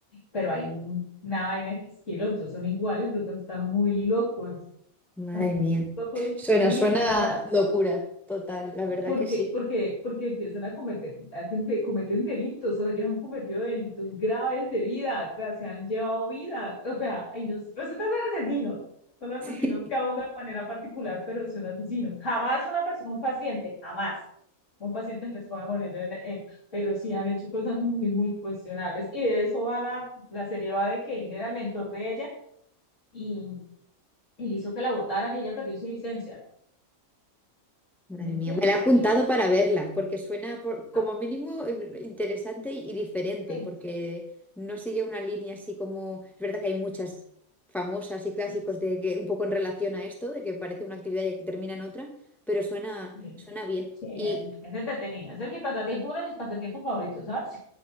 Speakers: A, on the left; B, in the centre.
A: pero hay un- una vaina que es que los dos son iguales, los dos están muy locos
B: Madre
A: Tampoco
B: mía. Suena,
A: sí,
B: suena
A: llama-
B: locura, total, la verdad
A: porque,
B: que sí.
A: porque,
B: <laughs>
A: porque empiezan a cometer, hacen de- cometen delitos, o ellos han cometido delitos graves de vidas, o sea, se han llevado vidas, o sea, ahí nos resulta ser asesinos, son asesinos
B: Sí.
A: cada uno de manera particular, pero son asesinos. Jamás una persona, un paciente, jamás. Un paciente les puede morir en, en- pero sí han hecho cosas muy, muy cuestionables. Y de eso va la, la serie va de que él era el mentor de ella y él hizo que la votaran y ella perdió su licencia.
B: Madre
A: ¿Me entiendes?
B: mía, me la he apuntado para verla, porque suena por- como
A: Ah,
B: mínimo eh, interesante y y diferente,
A: sí,
B: porque no sigue una línea así como... Es verdad que hay muchas famosas y clásicos
A: sí,
B: de que un poco en relación a esto, de que parece una actividad y que termina en otra, pero suena,
A: sí,
B: suena bien.
A: sí,
B: Y
A: es, es entretenido. Ese es mi pasatiempo, uno de mis pasatiempos favoritos, ¿sabes?